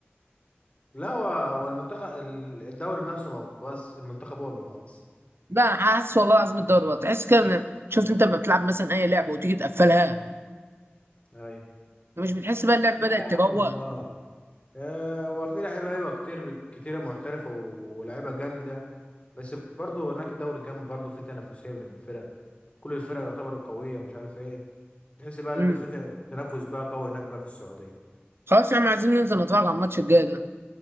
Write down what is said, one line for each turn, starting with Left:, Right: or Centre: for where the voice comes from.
Left: لا هو هو المنتخب ال- الدوري نفسه ما بس المنتخب هو اللي باص
Right: لا حاسس والله العظيم الدوري باظ تحس كده إن- شفت انت لما بتلعب مثلا اي لعبه وتيجي تقفلها
Left: اي
Right: مش بتحس بقى اللعبة
Left: لا
Right: بدأت
Left: يا عم
Right: تبوخ
Left: والله آه، هو في لعيبة ايوه كتير كتيرة محترفة ولعيبة جامدة بس برضه هناك الدوري جامد برضه في تنافسية بين الفرق كل الفرق يعتبر قوية ومش عارف ايه تحس بقى اللي
Right: امم
Left: في تنافس بقى قوي هناك بقى في السعودية
Right: خلاص يا عم عايزين ننزل نتفرج على الماتش الجاي ده